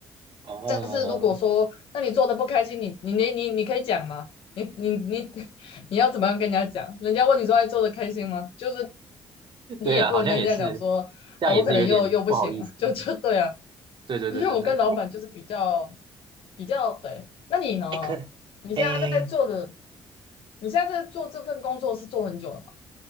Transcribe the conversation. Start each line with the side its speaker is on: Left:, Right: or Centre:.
Right: 哦，
Left: 但是如果说，那你做的不开心，你你你你你可以讲吗？你你你 <laughs> 你要怎么样跟人家讲？人家问你说，哎，做的开心吗？就是你也不能跟人家讲说，
Right: 对啊，好像也是，这样也是有点不好意思。
Left: 呃，我可能又又不行了，<laughs> 就就对啊。
Right: <laughs> 对对对对对。
Left: 因为我跟老板就是比较
Right: 哎
Left: 比较对。那你呢？
Right: 哎，可
Left: 你现在在做的，
Right: 哎，
Left: 你现在在做这份工作是做很久了吗？